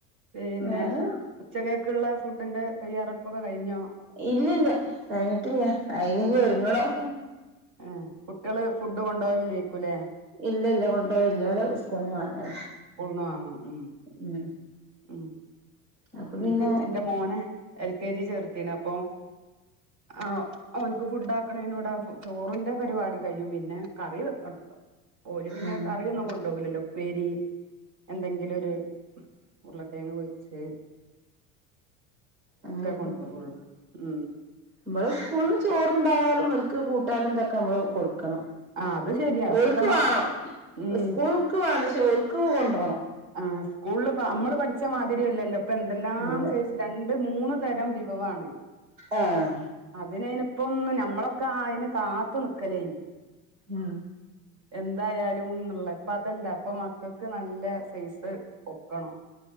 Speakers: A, on the right (about 45°); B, on the right (about 85°).
A: പിന്നെ
B: വേറെ
A: ഉച്ചക്കേക്കുള്ള ഫുഡിന്റെ തയ്യാറെടുപ്പൊക്കെ കഴിഞ്ഞോ?
B: ഇല്ലില്ല കഴിഞ്ഞിട്ടില്ല അയിനി ഒരുങ്ങണം.
A: ആഹ് കുട്ടികള് ഫുഡ് കൊണ്ടപോകില്ലായിരിക്കും അല്ലേ?
B: ഇല്ലില്ല കൊണ്ടുപോയില്ല പോലെ ഓല് സ്കൂൾന്ന് വാങ്ങല്
A: സ്കൂളിന്ന് വാങ്ങും. ഉം.
B: ഉം
A: ഉം
B: അപ്പൊ
A: എനിക്ക്
B: പിന്നെ
A: എന്റെ മോനേ എൽ കെ ജി ചേർത്തിണ് അപ്പൊ ആ ഓനിക്ക് ഫുഡ് ആക്കണോടെ ചോറിന്റെ പരിപാടി കഴിയും. പിന്നെ കറി വെക്കണംട്ടോ. ഓല് പിന്നെ
B: ഉം
A: കറിയൊന്നും കൊണ്ടോവൂലല്ലോ ഉപ്പേരി എന്തെങ്കിലും ഒര് ഉരുളക്കേങ്ങ് പൊര്ച്ച്
B: അങ്ങനെക്കാെ
A: കൊണ്ടുപോവുള്ളു ഉം
B: ഇവടെ സ്കൂൾല് ചോറ്ണ്ടായാലും ഇവൽക്ക് കൂട്ടാനും ഇന്തൊക്കെ അമ്മള് കൊടുക്കണം
A: ആ അത് ശരിയാ
B: ഇവൽക്ക്
A: ഇപ്പത്തെ മക്കൾക്ക്
B: വാണം
A: ഉം
B: സ്കൂൾക്ക് വേണ്ട ക്ഷേ ഓല്ക്ക് കൊണ്ടാേണം
A: ആഹ് സ്കൂൾല് പ്പ അമ്മള് പഠിച്ച മാതിരിയല്ലല്ലോ ഇപ് ഇപ്പ എന്തെല്ലാം
B: അല്ല
A: സൈസ് രണ്ട് മൂന്ന് തരം വിഭവാണ്
B: ആഹ്
A: അതിനയ്ന്പ്പം ഒന്ന് ഞമ്മളൊക്കെ അയിന് കാത്ത് നിക്കലേയിനി
B: ഉം
A: എന്തായാലും ന്ന്ള്ള ഇപ്പ അതല്ല ഇപ്പൊ മക്കക്ക് നല്ല സൈസ് ഒക്കണം